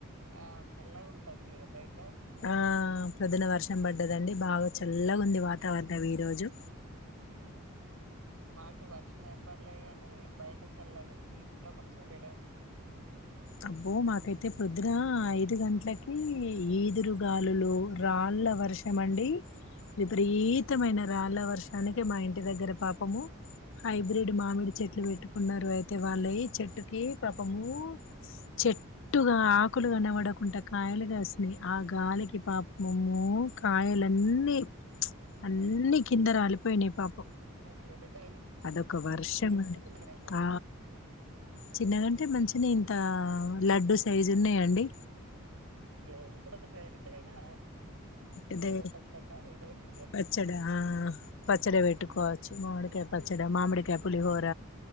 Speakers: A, on the right; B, on the left.
A: ఆ చల్లగా ఉంటది కదా బయట
B: ఆ పొద్దున వర్షం పడ్డదండి బాగా చల్లగా ఉంది వాతవరణం ఈ రోజు
A: ఉమ్, మాకు వర్షం ఏం పడలే గాని బయట చల్లగా ఉంది ఇంట్లో కొంచెం వేడ ఉంది.
B: అబ్బో మాకైతే పొద్దున ఐదు గంటలకి ఈదురుగాలులు, రాళ్ళ వర్షం అండి. విపరీతమైన రాళ్ల వర్షానికి మా ఇంటి దగ్గర పాపము హైబ్రిడ్ మామిడి చెట్లు పెట్టుకున్నారు అయితే వాళ్లయి చెట్టుకి పాపము. చెట్టుగా ఆకులుగానబడకుండా కాయలుగాసినాయి ఆ గాలికి పాపమము కాయలున్నిీ అన్నిీ కింద రాలిపోయినాయి పాప!
A: అయ్యో పెద్దగా
B: అదొక వర్షం అండి
A: చిన్న చిన్నగానే ఉన్నాయా
B: ఆ చిన్నగాంటే మంచి నేండి అ లడ్డుూ సైజు ఉన్నాయా అండి.
A: అయ్యో కొంచెం పెద్దదైన అయినా
B: ఇదే
A: <unintelligible>
B: పచ్చడా ఆ పచ్చడి వెట్టుకోవచ్చు మామిడికాయ పచ్చడి మామిడికాయ. పులిహోర